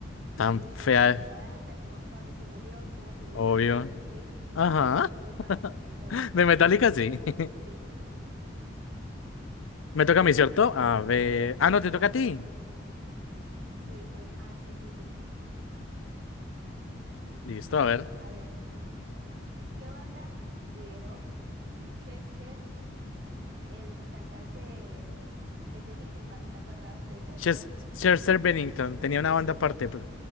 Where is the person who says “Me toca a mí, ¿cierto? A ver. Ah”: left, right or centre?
Left